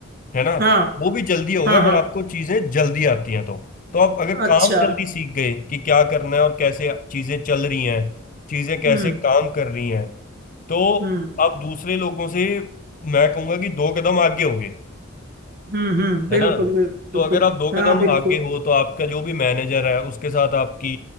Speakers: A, on the left; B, on the right.
A: है ना
B: हाँ
A: वो
B: हाँ
A: भी जल्दी होगा अगर
B: हाँ
A: आपको चीज़ें जल्दी आती हैं तो तो आप अगर काम
B: अच्छा
A: जल्दी सीख गए कि क्या करना है और कैसे चीज़ें चल रही हैं चीज़ें कैसे
B: हम्म
A: काम कर रही हैं तो
B: हम्म
A: आप दूसरे लोगों से मैं कहूँगा कि दो कदम आगे होगे
B: हम्म हम्म बिल्कुल
A: है ना
B: बिल्कुल
A: तो अगर आप दो कदम
B: हाँ बिल्कुल
A: हाँ आगे हो तो आपका जो भी मैनेजर है उसके साथ आपकी